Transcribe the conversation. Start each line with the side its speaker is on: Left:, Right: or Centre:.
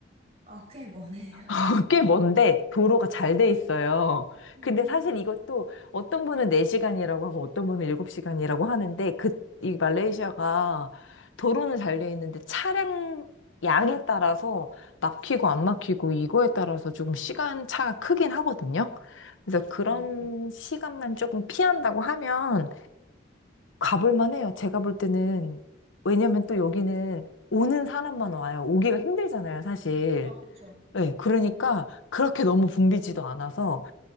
Right: 아, 꽤 머네요.
Left: <laughs> 꽤 먼데 도로가 잘 돼 있어요.
Right: 음,
Left: 근데 사실 이것도 어떤 분은 4시간이라고 하고 어떤 분은 7시간이라고 하는데, 그, 이 말레이시아가 도로는 잘 돼 있는데 차량 양에 따라서 막히고 안 막히고 이거에 따라서 조금 시간 차가 크긴 하거든요. 그래서 그런
Right: 어, 네.
Left: 시간만 조금 피한다고 하면 가볼 만해요. 제가 볼 때는. 왜냐면 또 여기는 오는 사람만 와요. 오기가 힘들잖아요, 사실.
Right: 아, 그쵸.
Left: 네, 그러니까 그렇게 너무 붐비지도 않아서